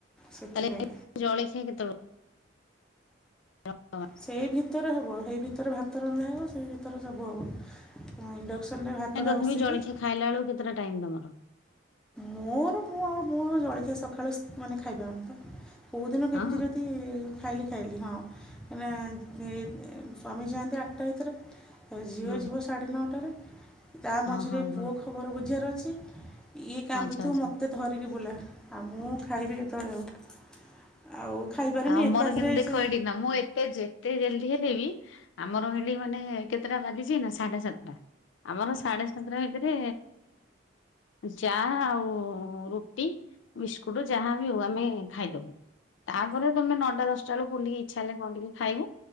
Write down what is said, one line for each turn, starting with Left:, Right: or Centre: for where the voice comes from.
Centre: ସେଥିପାଇଁ।
Left: ତାହେଲେ ଜଳଖିଆ କେତୋଳୁ <inaudible>
Centre: ସେଇ ଭିତରେ ହବ ହେଇ ଭିତରେ ଭାତ ରନ୍ଧା ହବ ସେଇ ଭିତରେ ସବୁ ହବ। ହଁ ଇଣ୍ଡକ୍ସନରେ ଭାତଟା
Left: ନାଇଁ ତଥାପି
Centre: ବସେଇବି।
Left: ଜଳଖିଆ ଖାଇଲା ବେଳକୁ କେତେଟା ଟାଇମ୍ ତମର।
Centre: ମୋର ପୁ ଆଉ ପୁଁ ଜଳଖିଆ ସକାଳୁ ମାନେ ଖାଇପାରୁନି ତ କୋଉଦିନ କେମ୍ତି
Left: ହଁ
Centre: ଯଦି ଖାଇଲି ଖାଇଲି ହଁ। ମାନେ ସ୍ଵାମୀ ଜାଆନ୍ତି ଆଟ୍ଟା ଭିତରେ। ତ ଝିଅ
Left: ହୁଁ
Centre: ଯିବ ସାଢ଼େ ନଅଟାରେ ତା
Left: ହଁ
Centre: ମଝିରେ
Left: ହଁ ହଁ
Centre: ପୁଅ ଖବର ବୁଝିବାର ଅଛି। ଇଏ କାନ୍ଦୁଥିବ
Left: ଆଚ୍ଛା ଆଚ୍ଛା।
Centre: ମୋତେ ଧରିକି ବୁଲା ଆଉ ମୁଁ ଖାଇବି କେତେବେଳେ ଆଉ। ଆଉ ଖାଇପାରେନି
Left: ଆଉ
Centre: ଏକାଥରେ
Left: ମୋର କିନ୍ତୁ ଦେଖ
Centre: ସେ
Left: ଏଇଠି ନା ମୁଁ ଏତେ ଏତେ ଜଲ୍ଦି ହେଲେ ବି ଆମର ହେଟି ମାନେ କେତେଟା ବାଜିଛି ନା ସାଢେ ସାତଟା। ଆମର ସାଢେ ସାତଟା ଭିତରେ। ଚା ଆଉ ରୁଟି ବିସ୍କୁଟୁ ଯାହା ବି ହଉ ଆମେ ଖାଇଦବୁ ତାପରେ ତମେ ନଅଟା ଦଶଟା ବେଳ ପୁଣି ଟିକି ଇଚ୍ଛା ହେଲେ କଣ ଟିକି ଖାଇବୁ।